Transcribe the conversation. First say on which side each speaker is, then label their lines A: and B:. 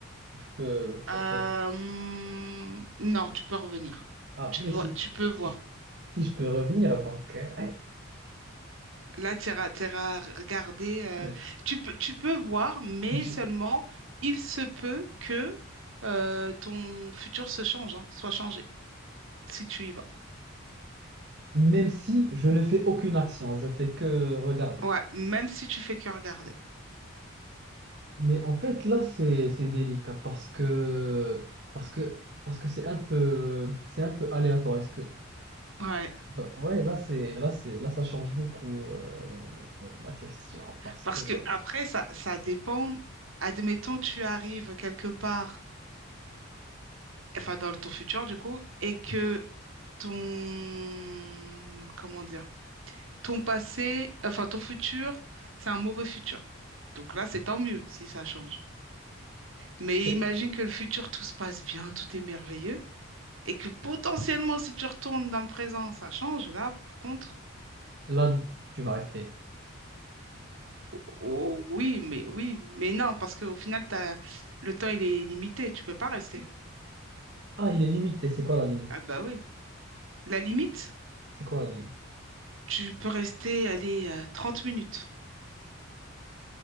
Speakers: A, on the right (about 50°); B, on the right (about 70°).
A: je peux faire
B: Euh,
A: comme...
B: hum, non, tu peux revenir.
A: Ah,
B: Tu
A: mais
B: vois,
A: si,
B: tu peux
A: si
B: voir.
A: je, si je peux revenir, donc... euh,
B: Là, tu iras, tu regarder. euh,
A: <laughs> ouais.
B: tu peux, tu peux voir, mais
A: Je-
B: seulement il se peut que euh, ton futur se change, hein, soit changé, si tu y vas.
A: Même si je ne fais aucune action, je fais que regarder.
B: Ouais, même si tu fais que regarder.
A: Mais en fait, là, c'est c'est délicat parce que parce que parce que c'est un peu c'est un peu aléatoire. Est-ce que
B: Ouais.
A: Bah, ouais, là, c'est, là, c'est, là, ça change beaucoup euh, la question parce
B: Parce
A: que
B: que
A: ouais.
B: après, ça, ça dépend. Admettons, tu arrives quelque part, enfin dans ton futur du coup, et que ton, comment dire, ton passé, enfin ton futur, c'est un mauvais futur. Donc là, c'est tant mieux si ça change. Mais
A: C'est-
B: imagine que le futur, tout se passe bien, tout est merveilleux, et que potentiellement, si tu retournes dans le présent, ça change. Là, par contre,
A: là, tu vas rester.
B: oh, oh, oui, mais oui, mais non, parce qu'au final, t'as, le temps, il est limité, tu peux pas rester.
A: Ex- Ah, il est limité. C'est quoi la limite?
B: Ah bah oui. La limite,
A: C'est quoi la limite?
B: tu peux rester, allez, euh, 30 minutes